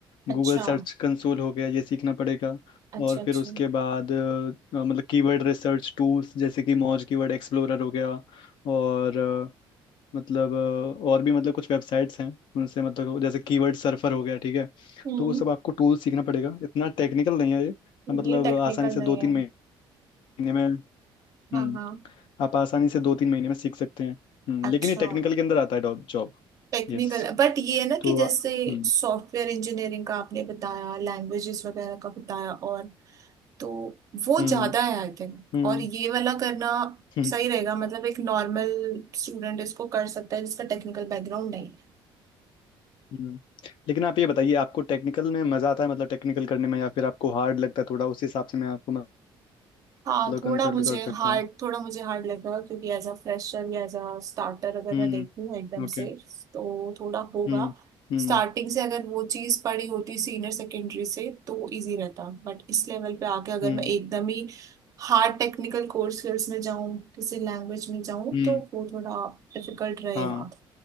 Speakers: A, on the right; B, on the left.
A: अच्छा
B: गूगल सर्च कंसोल हो गया ये सीखना पड़ेगा
A: अच्छा
B: और
A: अच्छा
B: फिर उसके बाद अ, मतलब कीवर्ड रिसर्च टूल्स जैसे कि मौज कीवर्ड एक्सप्लोरर हो गया और अ, मतलब अ, और भी मतलब कुछ वेबसाइट्स हैं उनसे मतलब जैसे कीवर्ड सर्फर हो गया ठीक है
A: हम्म
B: तो वो सब आपको टूल सीखना पड़ेगा इतना टेक्निकल नहीं है ये मतलब
A: ये टेक्निकल
B: आसानी से
A: नहीं
B: दो तीन
A: है
B: महीने में हम्म
A: हाँ हाँ
B: आप आसानी से दो तीन महीने में सीख सकते हैं हम्म
A: अच्छा
B: लेकिन ये टेक्निकल के अंदर आता है जॉब
A: टेक्निकल
B: यस
A: बट ये है ना
B: तो
A: कि जैसे
B: आ- हम्म
A: सॉफ्टवेयर इंजीनियरिंग का आपने बताया लैंग्वेजेस वगैरह का बताया और तो वो
B: हम्म
A: ज्यादा है आई थिंक
B: हम्म
A: और ये वाला करना
B: हम्म,
A: सही रहेगा मतलब एक नॉर्मल स्टूडेंट इसको कर सकता है जिसका टेक्निकल बैकग्राउंड नहीं है
B: हम्म। लेकिन आप ये बताइए आपको टेक्निकल में मजा आता है मतलब टेक्निकल करने में या फिर आपको हार्ड लगता है थोड़ा उस हिसाब से मैं आपको मतलब
A: हाँ थोड़ा
B: कंसल्ट
A: मुझे
B: कर सकता
A: हार्ड
B: हूँ
A: थोड़ा मुझे हार्ड लग रहा है क्योंकि एज अ फ्रेशर या एज अ स्टार्टर अगर
B: हम्म
A: मैं देखूँ एकदम
B: ओके
A: से तो थोड़ा होगा
B: हम्म हम्म
A: स्टार्टिंग से अगर वो चीज पड़ी होती सीनियर सेकेंडरी से तो इजी रहता बट इस लेवल पे आके अगर
B: हम्म
A: मैं एकदम ही हार्ड टेक्निकल कोर्स स्किल्स में जाऊँ किसी लैंग्वेज में जाऊँ
B: हम्म
A: तो वो थोड़ा डिफिकल्ट रहेगा
B: हाँ